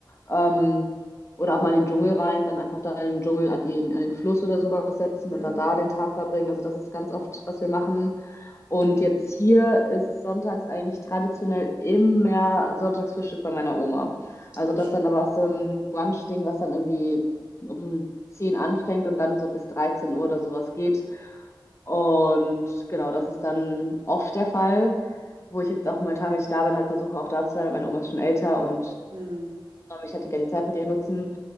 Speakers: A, on the left (about 35°); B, on the right (about 75°).
A: Ähm, oder auch mal in den Dschungel rein, dann einfach da im Dschungel an den, an den Fluss oder sowas setzen
B: Mhm.
A: und dann da den Tag verbringen. Also das ist ganz oft, was wir machen. Und
B: Okay.
A: jetzt hier ist sonntags eigentlich traditionell immer Sonntagsfrühstück bei meiner Oma. Also
B: Ach,
A: das
B: schön.
A: dann aber auch so ein Brunch-Ding, was dann irgendwie um 10 anfängt und dann so bis 13 Uhr oder sowas geht. Und genau, das ist dann oft der Fall, wo ich jetzt auch momentan, wenn ich da bin, halt versuche auch da zu sein, weil meine Oma ist schon älter und
B: Hm.
A: ich hätte gerne die Zeit mit ihr nutzen.